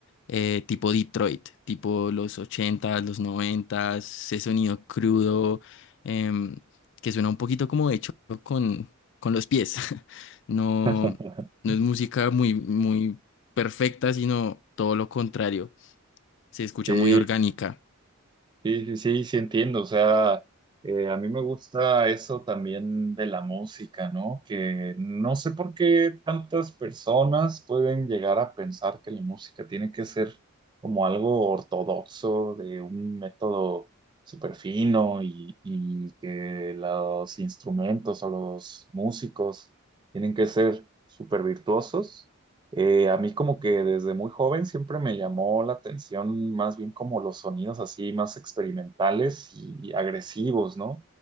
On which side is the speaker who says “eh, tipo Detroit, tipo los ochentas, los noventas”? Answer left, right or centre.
Left